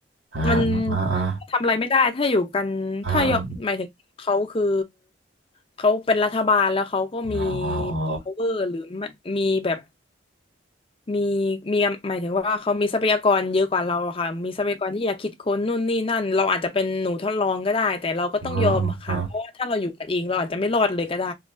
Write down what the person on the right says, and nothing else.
อ่าอ่าอ่า
อ่าอา
อ๋ออ๋อ
อ๋ออ๋อ